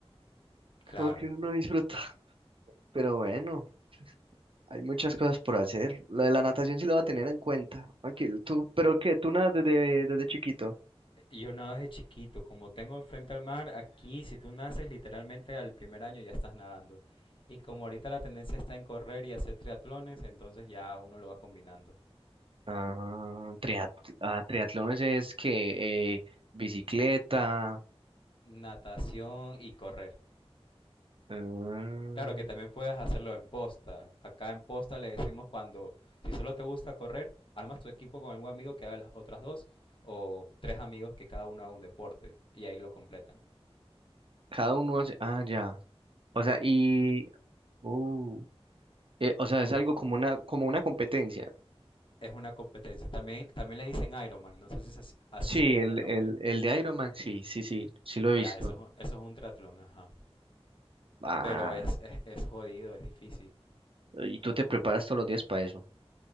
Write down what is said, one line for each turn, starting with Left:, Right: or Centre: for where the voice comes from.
Left: Claro.
Right: Como que uno no disfruta. <laughs> Pero bueno, hay muchas cosas por hacer. Lo de la natación sí lo va a tener en cuenta. Aquí, tú, pero que tú nadas desde, desde chiquito.
Left: Yo nado desde chiquito, como tengo frente al mar, aquí si tú naces literalmente al primer año ya estás nadando. Y como ahorita la tendencia está en correr y hacer triatlones, entonces ya uno lo va combinando.
Right: Ah, triat ah, triatlones es que eh, bicicleta.
Left: Natación y correr.
Right: ah,
Left: Claro que también puedes hacerlo en posta. Acá en posta le decimos cuando, si solo te gusta correr, armas tu equipo con algún amigo que haga las otras dos o tres amigos que cada uno haga un deporte y ahí lo completan.
Right: cada uno hace. Ah, ya. O sea, y. Uh, Eh, o sea, es algo como una, como una competencia.
Left: es una competencia. También, también le dicen Ironman, no sé si es así, así
Right: Sí,
Left: se te viene
Right: el,
Left: el nombre.
Right: el, el de Iron Man, sí, sí, sí, sí lo he visto.
Left: Ya, eso, es- eso es un triatlón, ajá.
Right: Ah,
Left: Pero es, es, es jodido, es difícil.
Right: y tú te preparas todos los días para eso.